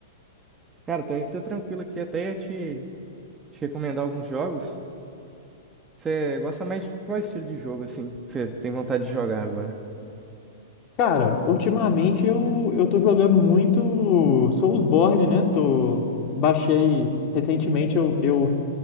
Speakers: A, on the right; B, on the left.
A: Cara, também tô tranquilo aqui. Até ia te, te recomendar alguns jogos. Você gosta mais de qual estilo de jogo, assim? que Você tem vontade de jogar agora?
B: Cara, ultimamente eu, eu tô jogando muito Soulsborne, né? Tô, baixei recentemente, eu, eu